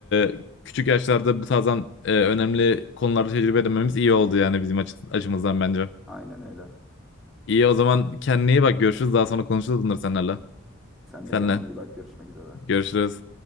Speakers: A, on the left; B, in the centre.
A: e, küçük yaşlarda bu tarzdan e, önemli konularda tecrübe edinmemiz iyi oldu yani bizim açı- açımızdan bence.
B: Aynen öyle.
A: İyi o zaman kendine iyi bak görüşürüz daha sonra konuşuruz bunları seninle.
B: Sen
A: Senle
B: de kendine iyi bak. Görüşmek üzere.
A: görüşürüz.